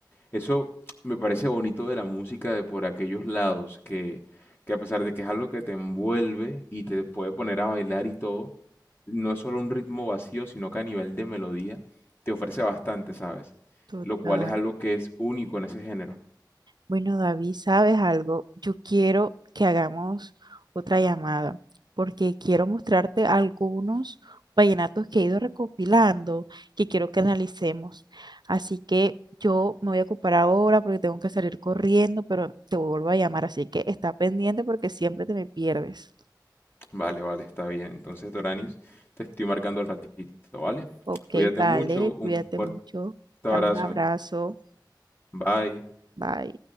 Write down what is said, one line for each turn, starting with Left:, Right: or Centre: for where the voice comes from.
Left: Eso me parece bonito de la música de por aquellos lados, que, que a pesar de que es algo que te envuelve y te puede poner a bailar y todo, no es solo un ritmo vacío, sino que a nivel de melodía te ofrece bastante, ¿sabes?
Right: Total.
Left: Lo cual es algo que es único en ese género.
Right: Bueno, David, ¿sabes algo? Yo quiero que hagamos otra llamada porque quiero mostrarte algunos vallenatos que he ido recopilando que quiero que analicemos. Así que yo me voy a ocupar ahora porque tengo que salir corriendo, pero te vuelvo a llamar, así que está pendiente porque siempre te me pierdes.
Left: Vale, vale, está bien. Entonces, Doranis, te estoy marcando al ratito, ¿vale?
Right: Ok,
Left: Cuídate
Right: vale,
Left: mucho, un
Right: cuídate
Left: fuerte
Right: mucho.
Left: abrazo.
Right: Un abrazo.
Left: Bye.
Right: Bye.